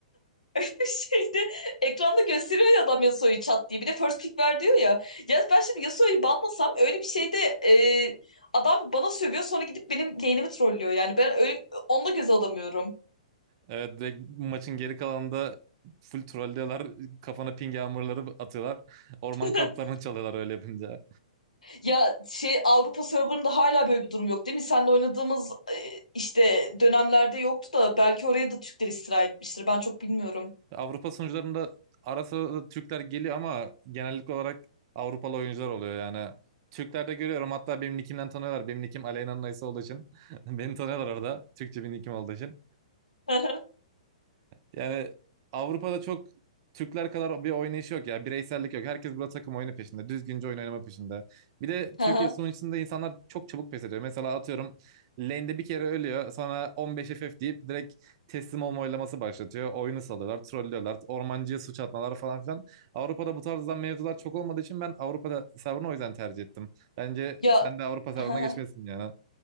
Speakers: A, on the left; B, on the right.
A: <laughs> Şeyde ekranda gösteriyor ya adam Yasuo'yu çat diye. Bir de first pick ver diyor ya. Ya ben şimdi Yasuo'yu banlasam öyle bir şeyde e, adam bana sövüyor sonra gidip benim lane'imi trollüyor. Yani ben öyle, onu da göze alamıyorum.
B: Evet direkt maçın geri kalanında full trollüyorlar. Kafana ping yağmurları atıyorlar. <laughs> Orman
A: <laughs>
B: kamplarını çalıyorlar öyle yapınca.
A: Ya şey Avrupa serverında hala böyle bir durum yok değil mi? Seninle oynadığımız e, işte dönemlerde yoktu da belki oraya da Türkler istila etmiştir. Ben çok bilmiyorum.
B: Avrupa sunucularında ara sıra da Türkler geliyor ama genellik olarak Avrupalı oyuncular oluyor yani. Türklerde görüyorum hatta benim nickimden tanıyorlar. Benim nickim Aleyna'nın Aysa olduğu için. <laughs> Beni tanıyorlar orada. Türkçe bir nickim olduğu için.
A: <laughs> Hı
B: Yani Avrupa'da çok Türkler kadar bir oynayış yok ya. Bireysellik yok. Herkes burada takım oyunu peşinde. Düzgünce oyun oynama peşinde. Bir de Türkiye
A: hı.
B: sunucusunda insanlar çok çabuk pes ediyor. Mesela atıyorum lane'de bir kere ölüyor. Sonra 15 FF deyip direkt teslim olma oylaması başlatıyor. Oyunu salıyorlar, trollüyorlar. Ormancıya suç atmalar falan filan. Avrupa'da bu tarzdan mevzular çok olmadığı için ben Avrupa'da serverını o yüzden tercih ettim. Bence
A: Ya
B: sen de Avrupa serverına
A: <laughs>
B: geçmesin yani.